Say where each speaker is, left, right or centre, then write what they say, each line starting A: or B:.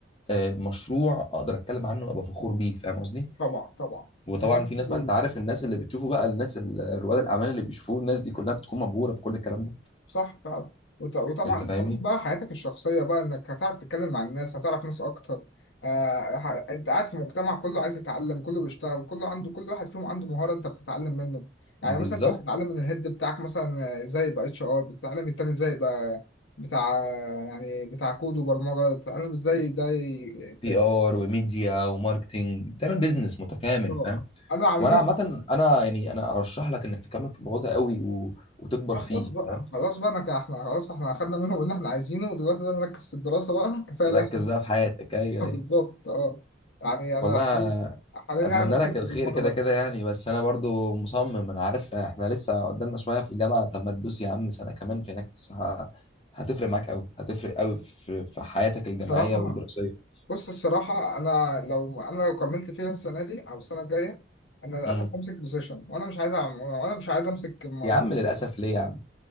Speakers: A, on the left (about 30°); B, on the left (about 80°).
A: آه، مشروع اقدر اتكلم عنه وابقى فخور بيه فاهم قصدي
B: طبعا طبعا
A: وطبعا
B: كمان
A: في ناس
B: برضه
A: بقى انت عارف الناس اللي بتشوفه بقى الناس ال- رواد الاعمال اللي بيشوفوه الناس دي كلها بتكون مبهوره بكل الكلام ده
B: صح فعلا وط- وطبعا
A: انت فاهمني
B: كمان بقى حياتك الشخصية بقى انك هتعرف تتكلم مع الناس هتعرف ناس اكتر آه ه- انت قاعد في مجتمع كله عايز يتعلم كله بيشتغل كله عنده كل واحد فيهم عنده مهارة انت بتتعلم منه يعني
A: بالظبط
B: مثلا انت بتتعلم من الهيد بتاعك مثلا آه، ازاي يبقى اتش ار بتتعلم التاني ازاي يبقى بتاع يعني بتاع كود وبرمجة بتتعلم ازاي ده ي- ت-
A: بي ار وميديا وماركتينج تعمل بيزنس متكامل
B: آه.
A: فاهم
B: انا عموما
A: وانا عامه انا يعني انا ارشح لك انك تكمل في الموضوع ده قوي و... وتكبر
B: ما
A: فيه
B: خلاص بقى
A: فاهم
B: خلاص بقى انا ك- احنا خلاص احنا اخدنا منهم اللي احنا عايزينه ودلوقتي بقى نركز في الدراسة بقى كفاية
A: تركز
B: ده
A: بقى في حياتك ايوه
B: <laughs>
A: ايوه
B: بالظبط اه يعني انا
A: والله
B: حاليا حاليا
A: اتمنى
B: انا مركز
A: لك
B: في
A: الخير
B: البرمجة
A: كده
B: بس
A: كده يعني بس انا برضو مصمم انا عارف احنا لسه قدامنا شويه في الجامعه طب ما تدوس يا عم سنه كمان في هناك تس- ه- هتفرق معاك قوي هتفرق قوي في... في حياتك الجامعيه
B: بصراحة
A: والدراسيه
B: بص الصراحة انا لو انا لو كملت فيها السنة دي او السنة الجاية انا للاسف
A: امم
B: همسك بوزيشن وانا مش عايز أعم- وانا مش عايز امسك م-
A: يا عم
B: م-
A: للاسف ليه يا عم